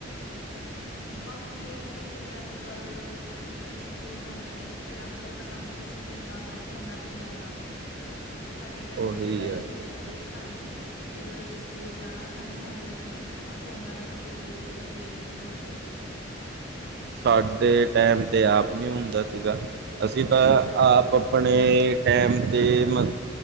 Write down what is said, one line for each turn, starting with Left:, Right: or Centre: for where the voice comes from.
Left: ਇਹ ਤਾਂ ਹੈ ਬਾਕੀ ਇਹ ਹੈ ਕਿ ਜਿਵੇਂ ਅੱਜ ਕੱਲ ਜਿਵੇਂ ਸਕੂਲ ਜਾਂਦੇ ਨੇ ਬੱਚੇ ਅੱਜ ਕੱਲ੍ਹ ਤਾਂ ਕੰਮ ਵੀ ਸਕੂਲਾਂ ਦਾ ਫੋਨਾਂ ਤੇ ਹੀ ਆਉਂਦਾ ਵਾ ਸਾਡੇ ਟਾਈਮ
Right: ਉਹੀ
Left: ਚ ਤਾਂ
Right: ਆ
Left: ਇਹ ਸੀਗਾ ਵੀ ਸਾਨੂੰ ਜਦੋਂ ਅਸੀਂ ਸਕੂਲ ਜਾਣਾ ਸਾਨੂੰ ਹੋਮਵਰਕ ਮਿਲ ਜਾਣਾ ਫੋਨਾ ਦਾ ਤਾਂ ਕੋਈ ਦੂਰ ਦੂਰ ਤ ਲਿੰਕ ਹੀ ਨਹੀਂੀ ਹੁੰਦਾ ਸੀਗਾ
Right: ਸਾਡੇ ਟੈਮ ਤੇ ਆਪ ਨਹੀਂੀ ਹੁੰਦਾ ਸੀਗਾ ਅਸੀਂ ਤਾਂ
Left: ਹਾਂਜੀ,
Right: ਆਪ ਆਪਣੇ ਆਪਣੇ ਟਾਈਮ 'ਤੇ ਮ